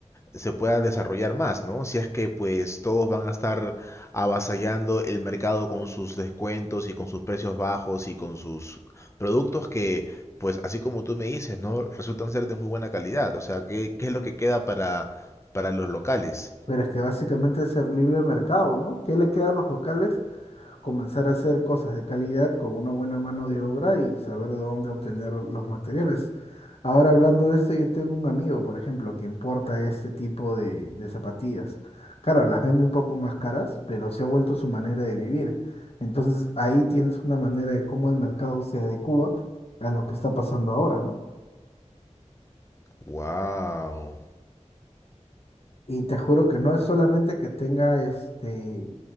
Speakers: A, on the left; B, on the left.
A: se pueda desarrollar más, ¿no? Si es que pues todos van a estar avasallando el mercado con sus descuentos y con sus precios bajos y con sus productos que, pues así como tú me dices, ¿no? Resultan ser de muy buena calidad. O sea, ¿qué, qué es lo que queda para para los locales?
B: Pero es que básicamente es el libre mercado, ¿no? ¿Qué le queda a los locales? comenzar a hacer cosas de calidad con una buena mano de obra y saber de dónde obtener los materiales. Ahora hablando de esto, yo tengo un amigo, por ejemplo, que importa este tipo de, de zapatillas. Claro, las vende un poco más caras, pero se ha vuelto su manera de vivir. Entonces ahí tienes una manera de cómo el mercado se adecua a lo que está pasando ahora, ¿no?
A: Wow.
B: Y te juro que no es solamente que tenga este,